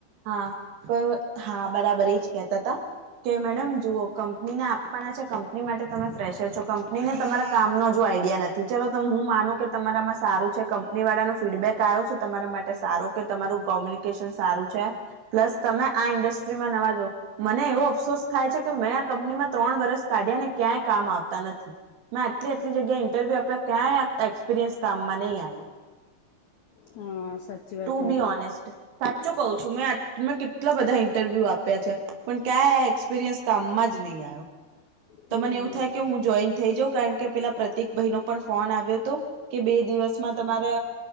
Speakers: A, on the right; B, on the left.
A: હા તો હા બરાબર એ જ કેતા હતા. કે મેડમ જુઓ કંપનીને આપવાના છે, કંપની માટે તમે ફ્રેશર છો કંપનીને તમારા કામ ન આઈડિયા નથી, ચલો તમે હું માનું કે તમારામાં સારું છે કંપની વાળા નો ફીડબેક આવ્યો છે તમારા માટે સારો કે તમારું કોમ્યુનિકેશન સારું છે. પ્લસ તમે આ ઇન્ડસ્ટ્રીમાં નવા જો મને એવો અફસોસ થાય છે કે મેં આ કંપનીમાં ત્રણ વરષ કાઢ્યાને ક્યાંય કામ આવતા નથી, મેં આટલી આટલી જગ્યા ઇન્ટરવ્યુ આપ્યા ક્યાય એકસપિરિયન્શ કામમાં નય આવ્યો,
B: હા સાચી
A: ટુ
B: વાત
A: બી
B: એમ
A: ઓનેસ્ટ સાચું કઉ છું મેં મેં કેટલા બધા ઇન્ટરવ્યુ આપ્યા છે પણ ક્યાં એકસપિરિયન્શ કામમાં જ નહીં આવ્યો,
B: હમ
A: તો મને એવું થાય કે હું જોઈન થઈ જાઉં કારણ કે પેલા પ્રતિક ભાઈ નો પણ ફોન આવ્યો હતો કે બે દિવસમાં તમારે